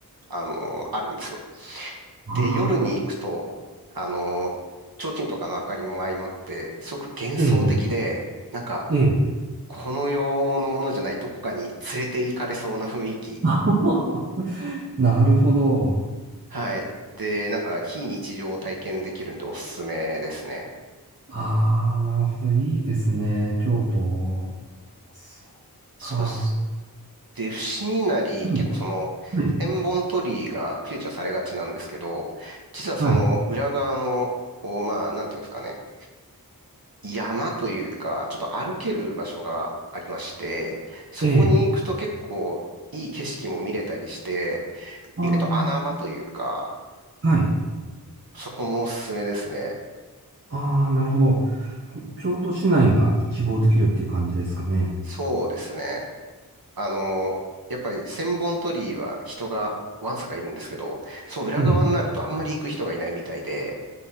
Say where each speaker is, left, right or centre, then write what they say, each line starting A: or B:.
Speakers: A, on the right; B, on the right.
A: あの、あるんですよ。
B: ああ、
A: で、夜に行くと、あの、提灯とかの明かりも相まって、すごく幻想的で、
B: ええ、
A: なんか、
B: ええ。
A: この世のものじゃないどこかに連れて行かれそうな雰囲気。
B: <laughs> あははなるほど。
A: はい。で、なんか、非日常を体験できるんでおすすめですね。
B: ああ、なるほど。いいですね。京都。そっか。
A: そうです。で、伏見稲荷、
B: うん、
A: 結構その、
B: うん
A: 千本鳥居がフィーチャーされがちなんですけど、実はその裏側の、
B: はい。
A: こう、まあ、なんていうんですかね。山というか、ちょっと歩ける場所がありまして、そこに行くと結構いい景色も見れたりして、
B: ええ。あ
A: 意外と穴場というか、
B: あ、はい。
A: そこもおすすめですね。
B: ああ、なるほど。京都市内が一望できるっていう感じですかね。
A: そうですね。あの、やっぱり千本鳥居は人がわんさかいるんですけど、その裏側になるとあんまり行く人がいないみたいで、
B: ええ。